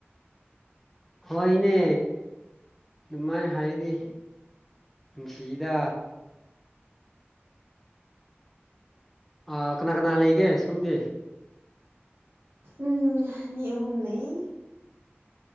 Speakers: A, in the centre; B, on the right.
A: ꯍꯣꯏꯅꯦ ꯑꯗꯨꯃꯥꯏꯅ ꯍꯥꯏꯗꯤ ꯅꯨꯡꯁꯤꯗ ꯑꯥ ꯀꯅꯥ ꯀꯅꯥ ꯂꯩꯒꯦ ꯁꯣꯝꯗꯤ
B: ꯎꯝ ꯃꯤ ꯑꯍꯨꯝ ꯂꯩꯩ